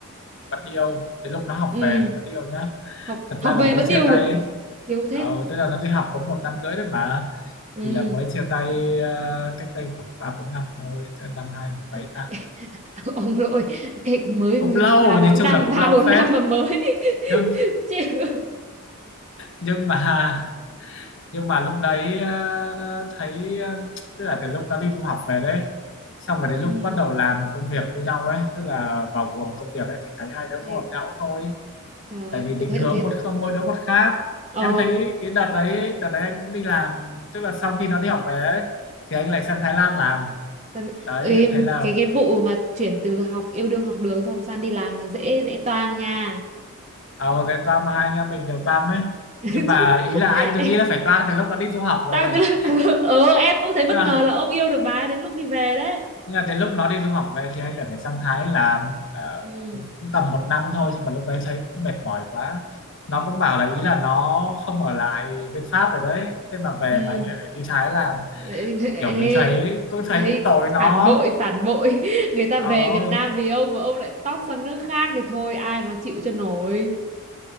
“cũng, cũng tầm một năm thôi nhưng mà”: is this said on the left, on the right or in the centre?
Left